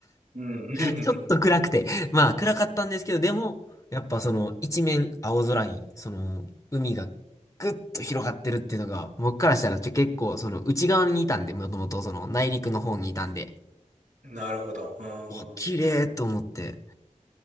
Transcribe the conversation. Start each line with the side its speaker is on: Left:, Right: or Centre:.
Right: うんうん
Left: <laughs> ちょっと暗くて。まあ、暗かったんですけど、でも、やっぱその、一面青空に、その、海がぐっと広がってるっていうのが、僕からしたらちょ結構、
Right: う
Left: その、内側にいたんで、もともとその、内陸の方にいたんで、
Right: ん。<laughs> なるほど。うーん。
Left: お、綺麗と思って。